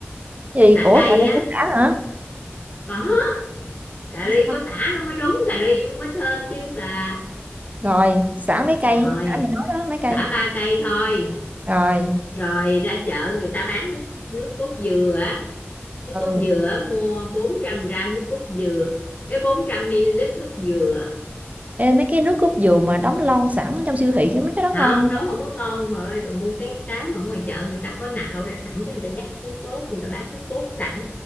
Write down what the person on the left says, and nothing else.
sả
cây
á
có cà
ri
có sả nó mới đúng cà ri mới thơm chứ bà
rồi
sả ba cây thôi
rồi ra chợ người ta bán nước nước cốt dừa á, nước
cốt dừa á, mua 400 gram nước cốt dừa cái 400 ml nước cốt dừa
không
nấu không có ngon mà ơi bà mua cái cái mà ở ngoài chợ người ta có nạo ra sẵn cái người ta dắt cái cốt người ta bán nước cốt sẵn